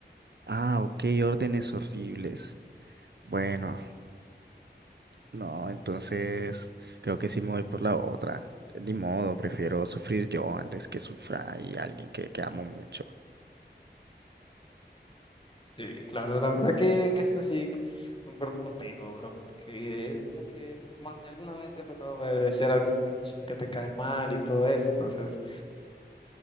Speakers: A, on the right; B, on the left.
A: Ah, ok, órdenes horribles. Bueno, no, entonces creo que sí me voy por la otra. Ni modo, prefiero sufrir yo antes que sufra y alguien que, que amo mucho.
B: Sí, claro, la verdad que en esto sí concuerdo contigo, bro, porque es como que más de alguna vez te ha tocado agradecer a algún profesor que te cae mal y todo eso, entonces